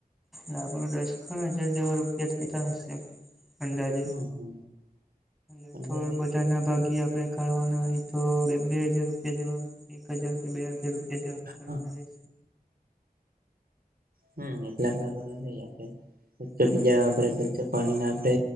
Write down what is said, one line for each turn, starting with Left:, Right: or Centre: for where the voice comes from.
Centre: લાકડું દસ ખણ હજાર જેવા રૂપિયા થતા હશે. અંદાજે
Right: હમ હમ
Centre: એટ
Right: અંદાજે
Centre: થોડ બધા ના ભાગી આપડે. કરવાના હોય તો બે હાજાર રૂપિયા જેવા એક હજાર કે બે હાજાર રૂપિયા જેવા કરવાના
Right: હા
Centre: રહે..
Right: હમ એટલા સારો આપેચ્ચ
Centre: હમ
Right: બીજાે કચ્ચ પાણી ના આપડે.